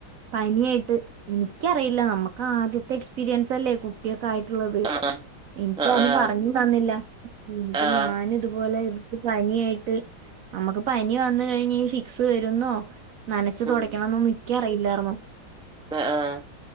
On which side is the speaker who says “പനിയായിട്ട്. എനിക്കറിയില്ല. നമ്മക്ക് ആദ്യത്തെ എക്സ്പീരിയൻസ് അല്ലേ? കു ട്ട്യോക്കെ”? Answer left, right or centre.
Right